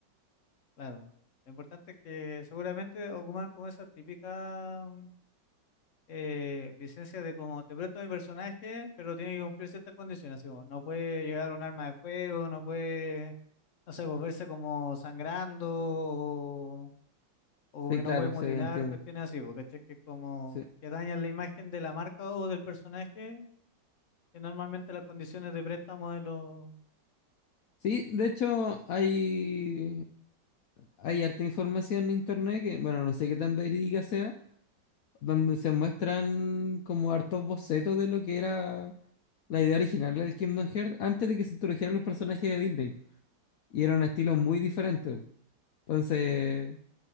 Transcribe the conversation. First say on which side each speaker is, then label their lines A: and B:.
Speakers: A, on the left (about 50°); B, on the left (about 65°).
A: claro. Lo importante es que seguramente ocupan como esa típica mm, eh, licencia de como te presto mi personaje, pero tiene que cumplir ciertas condiciones. Así como, no puede llevar un arma de fuego, no puede, no sé, volverse como sangrando o como
B: Sí,
A: que
B: claro,
A: no puede mutilar,
B: se entiende.
A: cuestiones así, porque Que es como
B: Sí.
A: que dañan la imagen de la marca o del personaje, que normalmente las condiciones de préstamo de los...
B: Sí, de hecho, hay, hay harta información en internet que, bueno, no sé qué tan verídica sea, donde se muestran como hartos bocetos de lo que era la idea original del Kingdom Hearts antes de que se introdujeran los personajes de Disney. Y era un estilo muy diferente. Entonces,